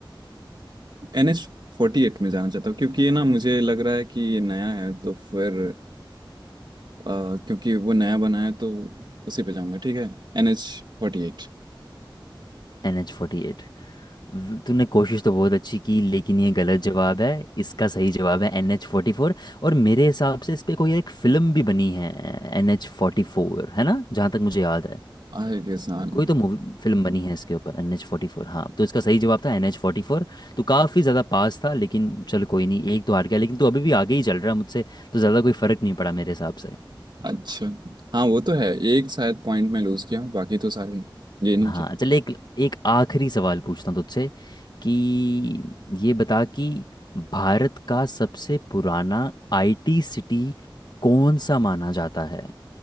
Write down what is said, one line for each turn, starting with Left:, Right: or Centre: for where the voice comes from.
Right: एन एच फोर्टी एट में जाना चाहता हूँ क्योंकि ये ना मुझे लग रहा है कि ये नया है तो फिर अ, क्योंकि वो नया बना है तो उसी पे जाऊंगा ठीक है N H forty eight
Left: N H forty eight व- तूने कोशिश तो बहुत अच्छी की लेकिन ये गलत जवाब है इसका सही जवाब है एन एच फोर्टी फोर और मेरे हिसाब से इस पे कोई एक फिल्म भी बनी है एन एच फोर्टी फोर है ना जहाँ तक मुझे याद है
Right: आहिर के साथ
Left: कोई तो
Right: <laughs>
Left: मूवी फिल्म बनी है इसके ऊपर एन एच फोर्टी फोर हाँ तो इसका सही जवाब था एन एच फोर्टी फोर तो काफ़ी ज़्यादा पास था लेकिन चल कोई नहीं एक तो हार गया लेकिन तू अभी भी आगे ही चल रहा है मुझसे तो ज़्यादा कोई फ़र्क नहीं पड़ा मेरे हिसाब से
Right: अच्छा हाँ वो तो है एक शायद पॉइंट में लूज किया बाकी तो सारे गेन
Left: हाँ
Right: किए
Left: चल एक एक आखिरी सवाल पूछता हूँ तुझसे कि ये बता कि भारत का सबसे पुराना आईटी सिटी कौन सा माना जाता है